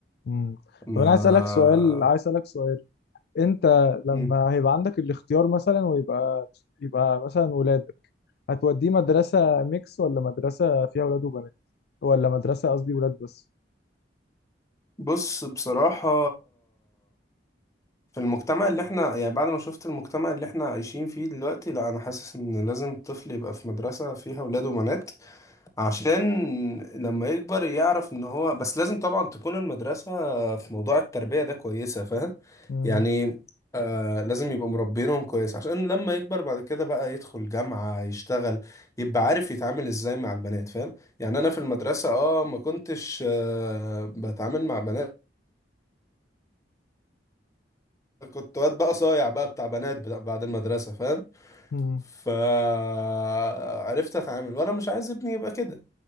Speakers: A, on the left; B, on the left.
A: امم
B: ما
A: طب انا عايز اسالك سؤال عايز اسالك سؤال انت لما
B: مم.
A: هيبقى عندك الاختيار مثلا ويبقى يبقى مثلا ولاد هتوديه مدرسة ميكس ولا مدرسة فيها ولاد وبنات ولا مدرسة قصدي ولاد بس
B: بص بصراحة في المجتمع اللي إحنا يعني بعد ما شفت المجتمع اللي إحنا عايشين فيه دلوقتي لا أنا حاسس إن لازم الطفل يبقى في مدرسة فيها ولاد وبنات عشان لما يكبر يعرف ان هو بس لازم طبعا تكون المدرسة في موضوع التربية ده كويسة فاهم
A: امم
B: يعني آه لازم يبقوا مربينهم كويس عشان لما يكبر بعد كده بقى يدخل جامعة يشتغل يبقى عارف يتعامل ازاي مع البنات فاهم يعني انا في المدرسة اه ما كنتش آه بتعامل مع بنات كنت واد بقى صايع بقى بتاع بنات بعد المدرسة فاهم
A: امم
B: فعرفت اتعامل وانا مش عايز ابني يبقى كده